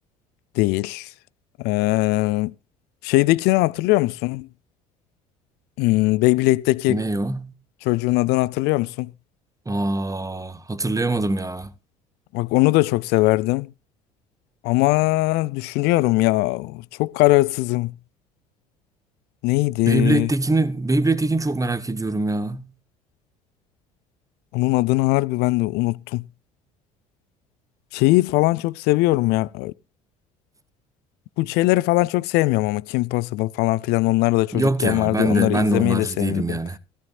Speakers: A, on the left; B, on the right.
A: Değil. Ee, şeydekini hatırlıyor musun? Hmm, Beyblade'deki
B: Ne o?
A: çocuğun adını hatırlıyor musun?
B: Aa, hatırlayamadım ya.
A: Bak onu da çok severdim. Ama düşünüyorum ya. Çok kararsızım. Neydi?
B: Beyblade'dekini, Beyblade'dekini çok merak ediyorum ya.
A: Onun adını harbi ben de unuttum. Şeyi falan çok seviyorum ya. Bu şeyleri falan çok sevmiyorum ama Kim Possible falan filan onlar da çocukken
B: Yok ya
A: vardı
B: ben
A: ya onları
B: de ben
A: izlemeyi
B: de onlarcı
A: de sevmiyordum.
B: değilim yani.